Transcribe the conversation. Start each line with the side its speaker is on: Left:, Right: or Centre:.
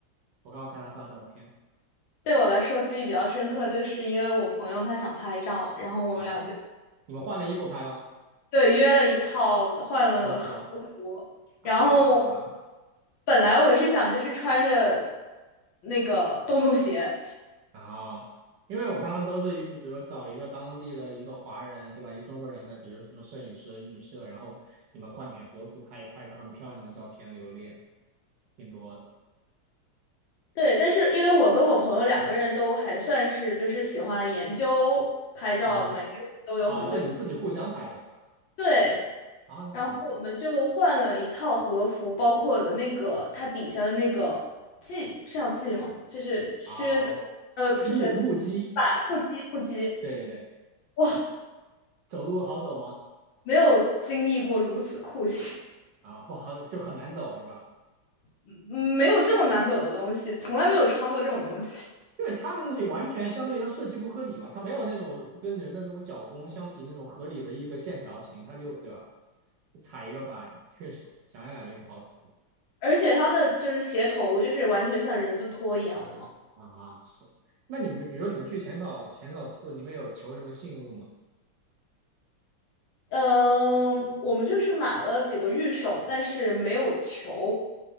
Right: 我刚好看他发照片
Left: 对我来说记忆比较深刻，就是因为我朋友他想拍照，然后我们俩就
Right: 啊、你们换了衣服拍吗？
Left: 对约了一套换了和服，
Right: 和服哦啊。
Left: 然后本来我是想就是穿着那个洞洞鞋，
Right: 啊，因为我看他们都是一，比如找一个当地的一个华人，对吧？一个中国人的，比如什么摄影师、女摄，然后你们换点和服拍拍一个很漂亮的照片留念，挺多的
Left: 对，但是因为我跟我朋友两个人都还算是就是喜欢研究拍照，
Right: 啊
Left: 每个人都有很多
Right: 啊，就你们自己互相拍的是吧？
Left: 对。
Right: 啊，那挺好。
Left: 然后我们就换了一套和服，包括了那个它底下的那个系，是要系吗？就是靴子，
Right: 好，
Left: 呃，
Right: 西目木屐，
Left: 不是靴子，板木屐，木屐。
Right: 对对对，
Left: 哇，
Right: 是的。走路好走吗？
Left: 没有经历过如此酷刑，
Right: 啊，不好，就很难走是吧？
Left: 嗯没有这么难走的东西，从来没有穿过这种东西。
Right: 因为它那个东西完全相当于它设计不合理嘛，它没有那种跟人的这种脚弓相比那种合理的一个线条型，它就对吧？踩一个板，确实想想感觉不好走
Left: 而且它的就是鞋头，就是完全像人字拖一样的嘛。
Right: 啊。是，那你们比如说你们去浅草浅草寺，你们有求什么信物吗？
Left: 嗯，我们就是买了几个玉手，但是没有球，